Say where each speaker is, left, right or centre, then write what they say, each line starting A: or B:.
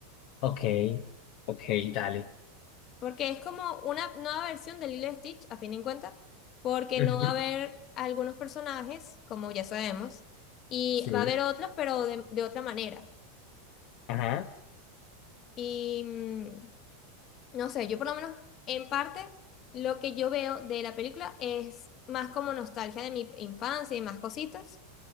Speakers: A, on the left (about 55°); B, on the left (about 40°).
A: Ok, ok, dale.
B: Porque es como una nueva versión de Lilo y Stitch, a fin de cuentas, porque
A: Ujú,
B: no va a haber algunos personajes, como ya sabemos, y
A: Sí,
B: va a haber otros, pero de, de otra manera.
A: ajá,
B: Y mm, no sé, yo por lo menos en parte lo que yo veo de la película es más como nostalgia de mi infancia y más cositas,